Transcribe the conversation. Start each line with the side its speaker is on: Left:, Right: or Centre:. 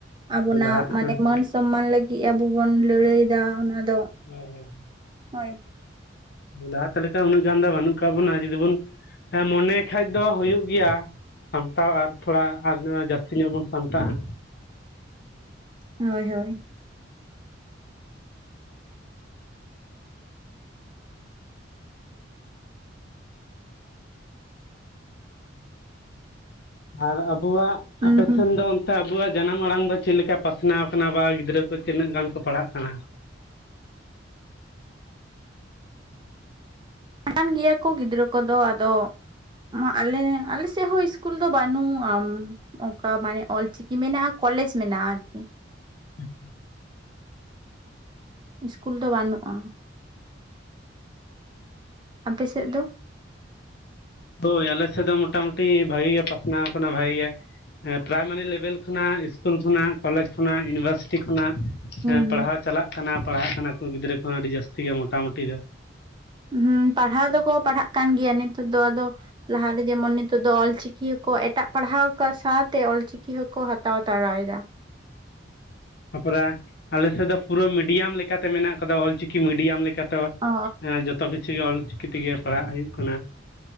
Right: ᱟᱵᱚᱱᱟᱜ
Left: ᱦᱳᱭ ᱞᱟᱦᱟ ᱛᱮᱠᱚ
Right: ᱢᱟᱱᱮ
Left: ᱦᱳᱭ
Right: ᱢᱟᱹᱱ᱾ ᱥᱚᱢᱢᱟᱱ ᱞᱟᱹᱜᱤᱫ ᱟᱵᱚ ᱵᱚᱱ ᱞᱟᱹᱲᱦᱟᱹᱭᱮᱫᱟ ᱚᱱᱟ ᱫᱚ᱾
Left: ᱦᱩᱸ ᱦᱩᱸ
Right: ᱦᱳᱭ
Left: ᱞᱟᱦᱟᱛᱮ ᱞᱮᱠᱟ ᱩᱱᱟᱹᱜ ᱜᱟᱱ ᱫᱚ ᱵᱟᱹᱱᱩᱜ ᱠᱟᱜ ᱵᱚᱱᱟ ᱡᱩᱫᱤ ᱵᱚᱱ ᱢᱚᱱᱮ ᱠᱷᱟᱡ ᱫᱚ ᱦᱩᱭᱩᱜ ᱜᱮᱭᱟ᱾ ᱥᱟᱢᱴᱟᱣ ᱟᱨ ᱛᱷᱚᱲᱟ ᱟᱨ ᱡᱟᱹᱥᱛᱤ ᱧᱚᱜ ᱵᱚᱱ ᱥᱟᱢᱴᱟᱜ-ᱟ᱾
Right: ᱦᱳᱭ ᱦᱳᱭ
Left: ᱟᱨ ᱟᱵᱚᱣᱟᱜ
Right: ᱩᱸ
Left: ᱟᱯᱮ ᱥᱮᱱ ᱫᱚ ᱚᱱᱛᱮ ᱟᱵᱩᱣᱟᱜ ᱡᱟᱱᱟᱢ᱾ ᱢᱟᱲᱟᱝ ᱫᱚ ᱪᱮᱫ ᱞᱮᱠᱟ ᱯᱟᱥᱱᱟᱣ ᱠᱟᱱᱟ ᱵᱟ ᱜᱤᱫᱽᱨᱟᱹ ᱠᱚ ᱛᱤᱱᱟᱹᱜ ᱜᱟᱱ ᱠᱚ ᱯᱟᱲᱦᱟᱜ ᱠᱟᱱᱟ᱾
Right: ᱫᱟᱲᱟᱱ ᱜᱮᱭᱟ ᱠᱚ ᱜᱤᱫᱽᱨᱟᱹ ᱠᱚᱫᱚ ᱟᱫᱚ᱾ ᱢᱟ ᱟᱞᱮ ᱟᱞᱮᱥᱮᱫ ᱦᱚᱸ ᱤᱥᱠᱩᱞ ᱫᱚ ᱵᱟᱹᱱᱩᱜ ᱟᱢ᱾ ᱚᱝᱠᱟ ᱢᱟᱱᱮ ᱚᱞᱪᱤᱠᱤ ᱢᱮᱱᱟᱜ-ᱟ ᱠᱚᱞᱮᱡᱽ ᱢᱮᱱᱟᱜ-ᱟ ᱟᱨᱠᱤ᱾
Left: <unintelligible>
Right: ᱤᱥᱠᱩᱞ ᱫᱚ ᱵᱟᱹᱱᱩᱜ-ᱟ ᱟᱯᱮ ᱥᱮᱫ ᱫᱚ᱾
Left: ᱦᱳᱭ ᱟᱞᱮ ᱥᱮᱫ ᱫᱚ ᱢᱚᱴᱟᱢᱩᱴᱤ ᱵᱷᱟᱜᱤ ᱜᱮ ᱯᱟᱥᱱᱟᱣ ᱟᱠᱟᱱᱟ ᱵᱷᱟᱜᱮ ᱜᱮ᱾ ᱦᱮᱸ ᱯᱨᱟᱭᱢᱟᱨᱤ ᱞᱮᱵᱮᱞ ᱠᱷᱚᱱᱟᱜ ᱤᱥᱠᱩᱞ ᱠᱷᱚᱱᱟᱜ ᱠᱚᱞᱮᱡᱽ ᱠᱷᱚᱱᱟᱜ ᱤᱭᱩᱱᱤᱵᱷᱟᱨᱥᱤᱴᱤ ᱠᱷᱚᱱᱟᱜ᱾
Right: ᱦᱩᱸ
Left: ᱦᱮᱸ ᱯᱟᱲᱦᱟᱣ ᱪᱟᱞᱟᱜ ᱠᱟᱱᱟ ᱯᱟᱲᱦᱟᱜ ᱠᱟᱱᱟ ᱠᱩ ᱜᱤᱫᱽᱨᱟᱹ ᱠᱚᱦᱚᱸ ᱟᱹᱰᱤ ᱡᱟᱹᱥᱛᱤ ᱜᱮᱭᱟ ᱢᱚᱴᱟᱢᱩᱴᱤ ᱫᱚ᱾
Right: ᱦᱩᱸ ᱯᱟᱲᱦᱟᱣ ᱫᱚᱠᱚ ᱯᱟᱲᱦᱟᱜ᱾ ᱠᱟᱱ ᱜᱮᱭᱟ ᱱᱤᱛᱚᱜ ᱫᱚ ᱟᱫᱚ ᱞᱟᱦᱟᱛᱮ ᱡᱮᱢᱚᱱ ᱱᱤᱛᱚᱜ ᱫᱚ ᱚᱞ ᱪᱤᱠᱤᱠᱚ ᱮᱴᱟᱜ ᱯᱟᱲᱦᱟᱣ ᱟᱠᱟᱫ ᱥᱟᱛ᱾ ᱛᱮ ᱚᱞᱪᱤᱠᱤ ᱦᱚᱸᱠᱚ ᱦᱟᱛᱟᱣ ᱛᱟᱲᱟᱭᱮᱫᱟ᱾
Left: ᱛᱟᱯᱚᱨᱮ ᱟᱞᱮ ᱥᱮᱫ ᱫᱚ ᱯᱩᱨᱟᱹ ᱢᱤᱰᱤᱭᱟᱢ ᱞᱮᱠᱟᱛᱮ ᱢᱮᱱᱟᱜ ᱠᱟᱫᱟ ᱚᱞᱪᱤᱠᱤ ᱢᱤᱰᱤᱭᱟᱢ ᱞᱮᱠᱟᱛᱮ᱾
Right: ᱚ
Left: ᱦᱮᱸ ᱡᱚᱛᱚ ᱠᱤᱪᱷᱩ ᱜᱮ ᱚᱞᱪᱤᱠᱤ ᱛᱮᱜᱮ ᱯᱟᱲᱦᱟᱜ ᱦᱩᱭᱩᱜ ᱠᱟᱱᱟ᱾